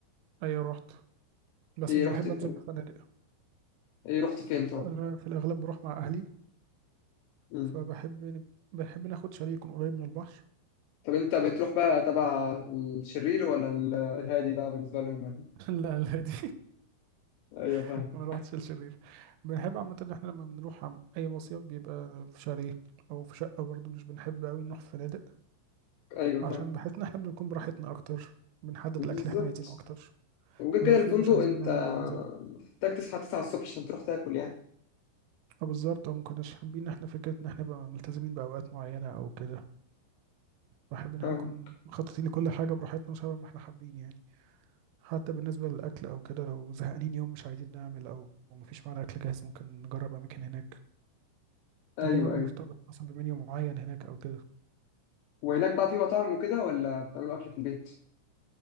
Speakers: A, on the right; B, on the left.
A: أيوة رحت بس
B: ايه
A: مش
B: رحت
A: بحب
B: فين؟
A: أنزل في فنادق
B: ايه رحت فين طب؟
A: أنا في الأغلب بروح مع أهلي
B: مم.
A: فبحب نب- بحب ناخد شاليه يكون قريب من البحر
B: طب انت بتروح بقى تبع الشرير ولا ال- الهادي بقى بالنسبة لهم ولا؟
A: <laughs> لا لا دي
B: ايوه
A: <laughs>
B: فاهم
A: ما روحتش الشرير بنحب عامة إن إحنا لما بنروح عم أي مصيف بيبقى في شاليه أو في شقة برضه مش بنحب أوي نروح في فنادق
B: ايوه
A: عشان
B: فاهم
A: بحس إن إحنا بنكون براحتنا أكتر بنحدد
B: بالظبط
A: الأكل اللي إحنا عايزينه أكتر
B: وغير
A: لو
B: كده الفندق
A: في يوم مش عايزين
B: انت
A: نعمل وننزل
B: محتاج تصحى 9 الصبح عشان تروح تاكل يعني
A: اه بالظبط اه مكناش حابين احنا فكرة ان احنا نبقى ملتزمين بأوقات معينة او كده بحب ان احنا
B: فاهم
A: نكون مخططين لكل حاجة براحتنا وشبه ما احنا حابين يعني حتى بالنسبة للأكل او كده لو زهقانين يوم مش عايزين نعمل او أو مفيش معانا أكل جاهز ممكن نجرب أماكن هناك
B: ايوه
A: من غير ما ابقى
B: ايوه
A: مرتبط مثلا بمنيو معين هناك او كده
B: وهناك بقى في مطاعم وكده ولا بتعملوا اكل في البيت؟